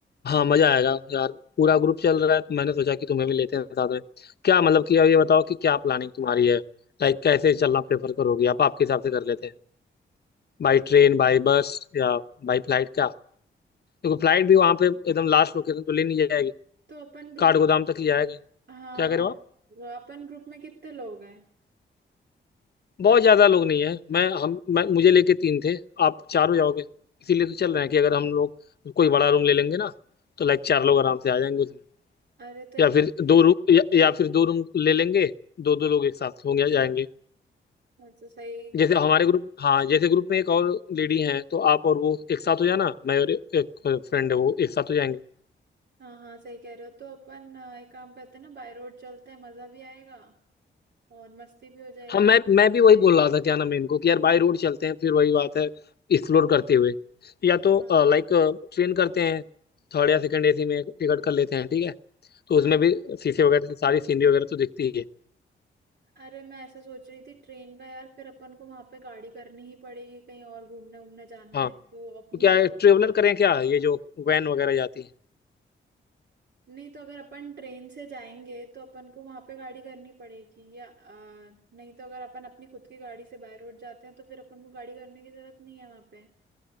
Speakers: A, on the left; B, on the right.
A: हाँ मजा आएगा यार पूरा ग्रुप चल रहा है तो मैंने सोचा कि तुम्हें भी लेते हैं साथ में क्या मतलब कि अब ये बताओ कि क्या प्लानिंग तुम्हारी है लाइक कैसे चलना प्रेफर करोगी आप आपके हिसाब से कर लेते हैं बाई
B: तो
A: ट्रेन बाई बस या बाई फ्लाइट क्या देखो फ्लाइट भी वहाँ पे एकदम लास्ट लोकेशन तो ले नहीं जाएगी
B: तो अपन ग्रुप
A: काठगोदाम तक ही जाएगा
B: हाँ
A: क्या करे हो आप
B: वो अपन ग्रुप में कितने लोग हैं
A: बहुत ज्यादा लोग नहीं है मैं हम मैं मुझे लेके तीन थे आप चार हो जाओगे इसीलिए तो चल रहे हैं कि अगर हम लोग कोई बड़ा रूम ले लेंगे ना तो लाइक चार लोग आराम से आ जाएंगे उसमें
B: अरे तो एक
A: या फिर दो रूम या, या फिर दो रूम ले लेंगे दो दो लोग एक साथ होंगे या जाएंगे
B: अच्छा सही
A: जैसे
B: सही
A: हमारे ग्रुप हाँ जैसे ग्रुप में एक और लेडी हैं तो आप और वो एक साथ हो जाना मैं और एक फ्रेंड है वो एक साथ हो जाएंगे
B: हाँ हाँ सही कह रहे हो तो अपन अ, एक काम करते हैं ना बाय रोड चलते हैं मजा भी आएगा और मस्ती भी हो जाएगी
A: हाँ मैं मैं भी वही बोल रहा था क्या नाम है इनको कि यार बाई रोड चलते हैं फिर वही बात है एक्सप्लोर करते हुए या तो
B: हाँ
A: लाइक ट्रेन करते हैं थर्ड या सेकंड एसी में टिकट कर लेते हैं ठीक है तो
B: हाँ
A: उसमें भी शीशे वगैरह से सारी सीनरी वगैरह तो दिखती ही है
B: अरे मैं ऐसे सोच रही थी ट्रेन का यार फिर अपन को वहां पे गाड़ी करनी ही पड़ेगी कहीं और घूमने घूमने जाना
A: हाँ
B: है तो अपनी
A: तो क्या है
B: गाड़ी
A: ट्रेवलर
B: से
A: करें क्या ये जो वैन वगैरह जाती है
B: नहीं तो अगर अपन ट्रेन से जाएंगे तो अपन को वहां पे गाड़ी करनी पड़ेगी या अ, नहीं तो अगर अपन अपनी खुद की गाड़ी से बाय रोड जाते हैं तो फिर अपन को गाड़ी करने की जरूरत नहीं है वहां पे